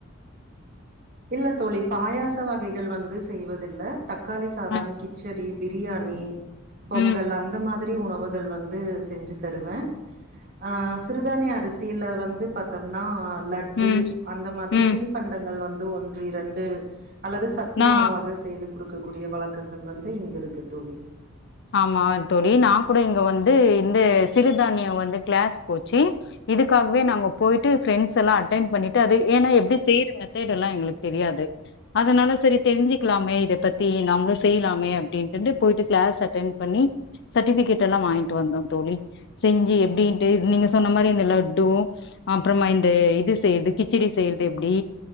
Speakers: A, on the right; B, on the left.
A: இல்ல தோழி பாயாச வகைகள் வந்து செய்வதில்ல தக்காளி சாதம்
B: அ
A: கிச்சடி பிரியாணி பொங்கல்
B: ம்
A: அந்த மாதிரி உணவுகள் வந்து செஞ்சு தருவ ஆ சிறுதானிய அரிசில வந்து பாத்தம்னா லட்டு
B: ம்
A: அந்த மாதிரி
B: ம்
A: தின்பண்டங்கள் வந்து ஒன்று இரண்டு அல்லது சத்துமாவாக
B: நா
A: செய்து குடுக்கக்கூடிய வழக்கங்கள் வந்து இங்க இருக்கு தோழி
B: ஆமா தோழி நா கூட இங்க வந்து இந்த சிறுதானியோ வந்து கிளாஸ் போச்சு இதுக்காகவே நாங்க போய்ட்டு ஃபிரெண்ஸ் எல்லா அட்டன்் பண்ணிட்டு அது ஏனா எப்டி செய்ற மெத்தேடெல்லா எங்ளுக் தெரியாது அதனால சேரி தெரிஞ்சுக்குலாமே இத பத்தி நம்ளு செய்லாமே அப்டின்ட்டுடு போய்ட்டு கிளாஸ் அட் டன் பண்ணி சட்டிஃபிகேடெல்லா வாங்கிட்டு வந்தோ தோழி செஞ்சு எப்டின்ட்டு நீங்க சொன்ன மாரி இந்த லட்டு அப்றமா இந்த இது செய்யற்து கிச்சடி செய்யற்து எப்டி